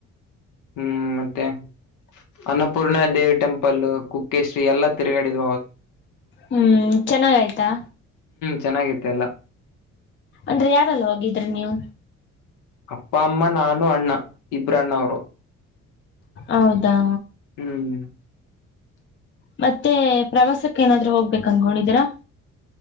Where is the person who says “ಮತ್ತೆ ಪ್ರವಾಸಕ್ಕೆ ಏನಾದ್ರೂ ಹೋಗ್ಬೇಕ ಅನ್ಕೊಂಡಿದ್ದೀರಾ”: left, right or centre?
Left